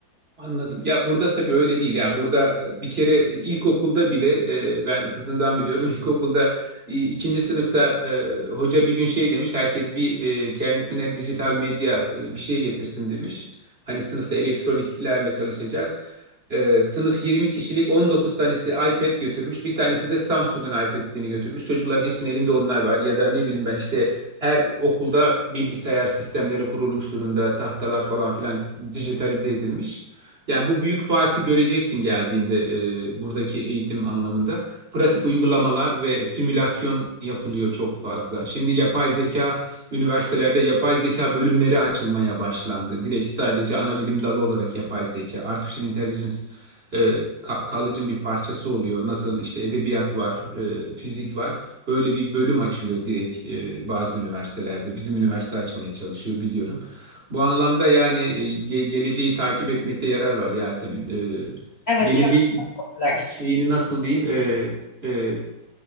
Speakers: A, on the right (about 35°); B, on the left (about 80°).
A: Anladım. Ya burada tabii öyle değil. Yani burada e, bir kere e, ilkokulda bile e, ben kızımdan biliyorum. <laughs> İlkokulda e, ikinci sınıfta e, hoca bir gün şey demiş. Herkes bir e, kendisine dijital medya e, bir şey getirsin demiş. Hani sınıfta elektroniklerle çalışacağız. E, sınıf 20 kişilik 19 tanesi iPad götürmüş. Bir tanesi de Samsung'un iPad'ini götürmüş. Çocukların hepsinin elinde onlar var. Ya da ne bileyim ben işte her okulda bilgisayar sistemleri kurulmuş durumda. Tahtalar falan filan dijitalize edilmiş. Yani bu büyük farkı göreceksin geldiğinde e, buradaki eğitim anlamında. Pratik uygulamalar ve simülasyon yapılıyor çok fazla. Şimdi yapay zeka üniversitelerde yapay zeka bölümleri açılmaya başlandı. Direkt sadece ana bilim dalı olarak yapay zeka, artificial intelligence e, ka- college'ın bir parçası oluyor. Nasıl işte edebiyat var, e, fizik var. Böyle bir bölüm açılıyor direkt e, bazı üniversitelerde. Bizim üniversite açmaya çalışıyor biliyorum. Bu anlamda yani e, ge- geleceği takip etmekte yarar var Yasemin. Ee,
B: Evet
A: gelecek
B: şu an bunlar.
A: şeyini nasıl diyeyim? Ee, e,